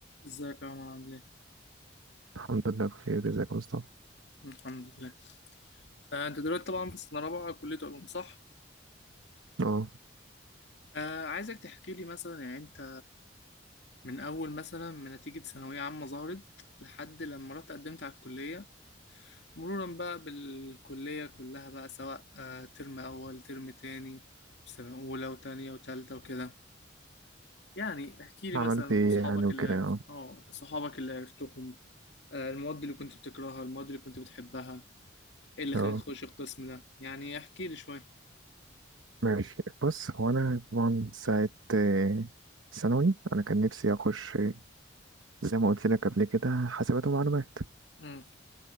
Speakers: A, on the left; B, on the right.
A: ازيك يا عمر عامل ايه؟
B: الحمد لله بخير ازيك يا مصطفى
A: الحمد لله آه، انت دلوقتي طبعا في سنة رابعة كلية علوم صح؟
B: اه
A: آه عايزك تحكي لي مثلا يعني انت من اول مثلا ما نتيجة ثانوية عامة ظهرت لحد لما رحت قدمت على الكلية مرورا بقى بالكلية كلها بقى سواء آه ترم اول ترم تاني سنة اولى وتانية وتالتة وكده يعني احكي لي
B: عملت
A: مثلا
B: ايه
A: واصحابك
B: يعني وكده
A: اللي عرفت
B: اه
A: اه صحابك اللي عرفتهم آه المواد اللي كنت بتكرهها المواد اللي كنت بتحبها ايه اللي
B: اه
A: خلاك تخش القسم ده يعني احكي لي شوية
B: ماشي بص هو انا طبعا ساعة آه، ثانوي انا كان نفسي اخش آه، زي ما قلت لك قبل كده حاسبات ومعلومات
A: امم